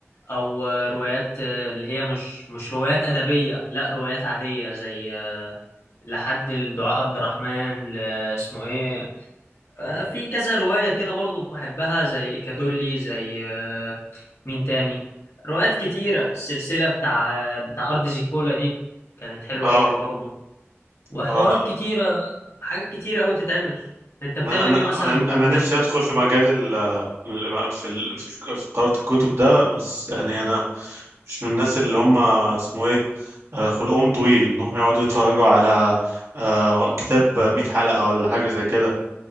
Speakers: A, on the left; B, on the right.
A: او آه، روايات آه، اللي هي مش مش روايات ادبيه لا روايات عاديه زي لحد الدعاء عبد الرحمن ل- اسمه ايه آه، في كذا رواية كده برضو بحبها زي كادولي زي آه، مين تاني روايات كتيرة السلسلة بتاع آه، بتاع أرض زيكولا دي كانت حلوة
B: اه
A: قوي برضو وحوارات
B: آه،
A: كتيرة حاجات كتيرة قوي تتعمل انت بتعمل
B: انا انا
A: ايه مثلا
B: انا
A: جوه
B: انا
A: البيت
B: نفسي
A: لو
B: ادخل في مجال ال ال- في ال- في في قراءة الكتب ده بس يعني انا مش من الناس اللي هم اسمه ايه آه، خلقهم طويل انهم يقعدوا يتفرجوا على آه، كتاب 100 حلقة ولا حاجة زي كده